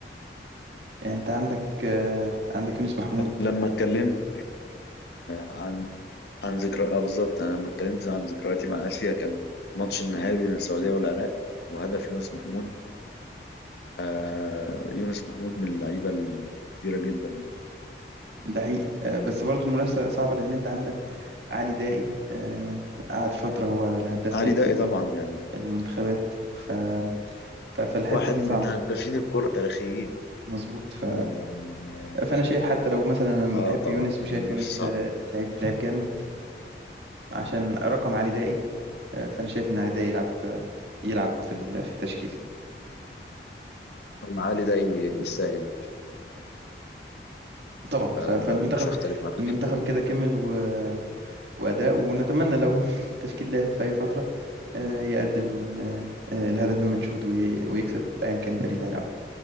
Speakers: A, on the right; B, on the left.
A: يعني أنت عندك آه، عندك يونس محمود
B: لما اتكلمت عن عن ذكرى اه بالظبط انا لما اتكلمت عن ذكرياتي مع اسيا كان ماتش النهائي بين السعوديه والعراق وهدف يونس محمود آه يونس محمود من اللعيبه الكبيره جدا يعني
A: ده حقيقي آه، بس برضو المنافسة صعبة لأن أنت عندك علي دائي آه، قعد فترة هو الهداف
B: علي
A: تاريخ
B: دقي
A: ال-
B: طبعا يعني
A: المنتخبات ف... ف- فالحتة
B: واحد
A: دي
B: من
A: صعبة
B: هدافين الكره التاريخيين
A: مظبوط ف...
B: يعني
A: فأنا شايف حتى لو مثلا أنا
B: اه
A: بحب
B: طبعا
A: يونس وشايف
B: المنافسه
A: يونس آه، لعيب لعيب جامد عشان رقم علي دائي آه، فأنا شايف إن علي دائي يلعب آه، يلعب في ال- في التشكيل
B: صعبه علي دقي يستاهل
A: طبعا
B: فعلا
A: ف... فالمنتخب
B: انا مش هختلف معاك
A: المنتخب
B: في الحته دي
A: كده كمل و... وأداء ونتمنى لو <laughs> التشكيل لعب في أي فترة آه، يقدم آه، آه، الهدف المنشود وي- ويكسب أيا كان الفريق اللي هيلعب